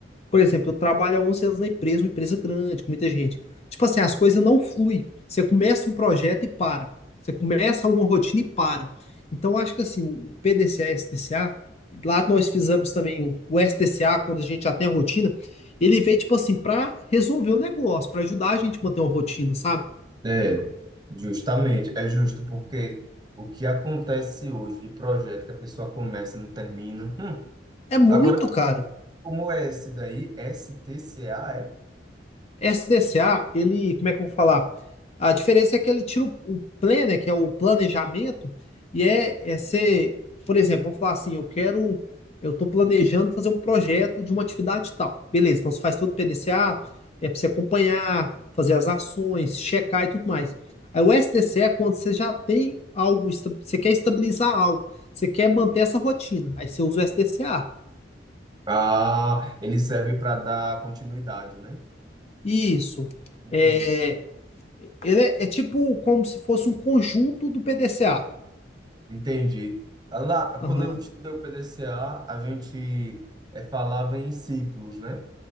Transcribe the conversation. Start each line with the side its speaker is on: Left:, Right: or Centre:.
Left: Por exemplo, eu trabalho há 11 anos na empresa, uma empresa grande, com muita gente. Tipo assim, as coisas não fluem. Você começa um projeto e para. Você começa uma rotina e para. Então, acho que assim, o PDCA e STCA, lá nós fizemos também o, o STCA, quando a gente já tem a rotina, ele veio, tipo assim, para resolver o negócio, para ajudar a gente a manter uma rotina, sabe?
Right: é, Justamente, é justo, porque o que acontece hoje de projeto que a pessoa começa e não termina. Hum,
Left: É muito,
Right: Agora,
Left: cara.
Right: como é esse daí? S T C A é?
Left: SDCA, ele, como é que eu vou falar? A diferença é que ele tira o, o plan, né, que é o planejamento, e é, é ser, por exemplo, vamos falar assim, eu quero, eu estou planejando fazer um projeto de uma atividade tal. Beleza, então você faz todo o PDCA, é para você acompanhar, fazer as ações, checar e tudo mais. Aí o SDC é quando você já tem algo, você quer estabilizar algo, você quer manter essa rotina, aí você usa o SDCA.
Right: Ah, ele serve para dar continuidade, né?
Left: Isso.
Right: Entendi,
Left: é Ele é, é tipo como se fosse um conjunto do PDCA.
Right: entendi. Ah, Lá,
Left: Aham,
Right: quando eu estudei o P D C a a gente eh, falava em ciclos, né?